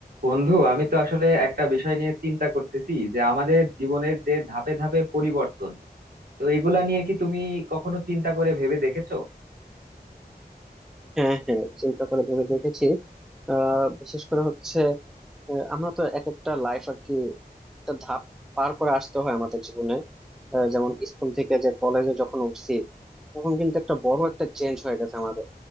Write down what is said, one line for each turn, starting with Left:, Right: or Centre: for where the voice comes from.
Right: বন্ধু আমি তো আসলে একটা বিষয় নিয়ে চিন্তা করতেছি যে আমাদের জীবনের যে ধাপে ধাপে পরিবর্তন তো এগুলা নিয়ে কি তুমি কখনো চিন্তা করে ভেবে দেখেছো
Centre: হ্যাঁ হ্যাঁ চিন্তা করে ভেবে দেখেছি আহ, বিশেষ করে হচ্ছে আহ, আমরা তো এক একটা লাইফ আর কি একটা ধাপ পার করে আসতে হয় আমাদের জীবনে আহ, যেমন স্কুল থেকে যে কলেজে যখন উঠছি তখন কিন্তু একটা বড় একটা চেঞ্জ হয়ে গেছে আমাদের